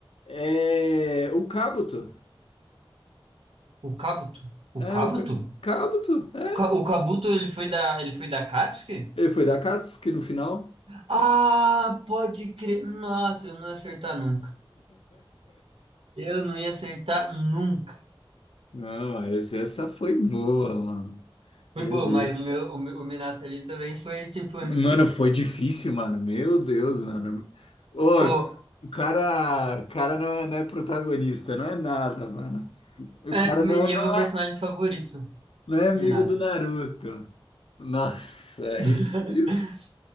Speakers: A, on the left; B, on the right.
A: É. O Kabuto.
B: O Kabuto. O
A: É,
B: Kabuto?
A: o ca- Kabuto? É.
B: O, Ka- o Kabuto, ele foi da, ele foi da Katsuki?
A: Ele foi da Katsuki no final.
B: Ah, pode crer. Nossa, eu não ia acertar nunca. Eu não ia acertar nunca.
A: Não, esse- essa foi boa, mano.
B: Foi
A: Meu
B: bom,
A: Deus.
B: mas o meu, o meu, o Minato ali também foi, tipo,
A: Mano, foi difícil, mano. Meu Deus, mano. Ô,
B: o,
A: o cara, o cara não é, não é protagonista, não é nada, mano. O
B: é,
A: cara
B: me-
A: não
B: e
A: é, não
B: é meu personagem
A: é,
B: favorito,
A: não é amigo
B: Minato.
A: do Naruto. Nossa,
B: <laughs>
A: isso,